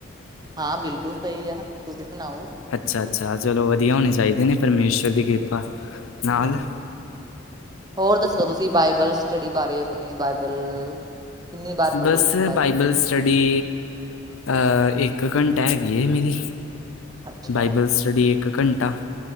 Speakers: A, on the right (about 20°); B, on the left (about 85°).
A: ਹਾਂ, ਬਿਲਕੁਲ ਸਈ ਆ ਤੁਸੀ ਸੁਣਾਓ?
B: ਅੱਛਾ ਅੱਛਾ, ਚਲੋਂ ਵਧੀਆ ਹੋਣੇ ਚਾਈਦੇ ਨੇ ਪਰਮੇਸ਼ਰ ਦੀ ਕਿਰਪਾ। ਨਾਲ।
A: ਹੂੰ, ਹੋਰ ਦੱਸੋਂ ਤੁਸੀ ਬਾਈਬਲਸ ਸਟੱਡੀ ਬਾਰੇ ਆਪਣੀ ਬਾਈਬਲ। ਕਿੰਨੀ ਵਾਰ ਪੜ੍ਹ
B: ਬਸ
A: ਲਈ ਤੁਸੀਂ
B: ਬਾਈਬਲ ਸਟੱਡੀ ਅ ਏਕ ਘੰਟਾ ਹੈਗੀ ਐ ਮੇਰੀ,
A: ਅੱਛਾ
B: ਬਾਈਬਲ ਸਟੱਡੀ ਏਕ ਘੰਟਾ।